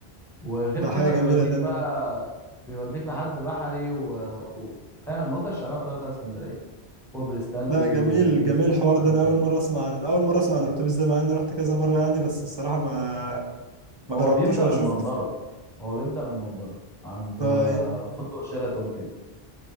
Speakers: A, in the centre; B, on the right.
A: وغير
B: ده
A: كده
B: حاجة جميلة
A: بيوديك
B: ده
A: بقى
B: انا
A: بيوديك لحد بحري و... و... فاهم المنطقة الشعبية كلها بتاع اسكندرية كوبري ستانلي
B: لا جميل
A: وبيظبط
B: جميل الحوار ده
A: لك الدنيا
B: انا اول مرة اسمع عن اول مرة اسمع عن الاتوبيس ده مع اني رحت كذا مرة يعني بس الصراحة ما ما
A: هو
B: جربتوش
A: بيبدأ
B: ولا
A: من
B: شفته
A: منظرة هو بيبدأ من منظرة عند
B: اه
A: آه،
B: ي-
A: فندق شيراتون كده